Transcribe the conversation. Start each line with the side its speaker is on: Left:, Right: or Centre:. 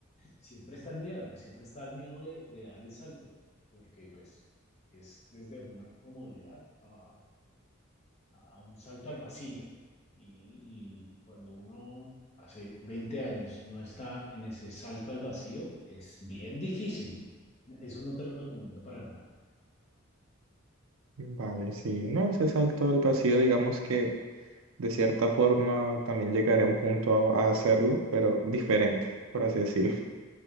Left: siempre está el miedo, siempre está el miedo de, de dar el salto, porque pues es desde una comodidad a, a un salto al vacío. Y, y cuando uno hace 20 años no está en ese salto al vacío, es bien difícil. Eso no te lo recomiendo para nada.
Right: Vale, sí, no, ese salto al vacío, digamos que de cierta forma también llegaré a un punto a a hacerlo, pero diferente, por así decirlo.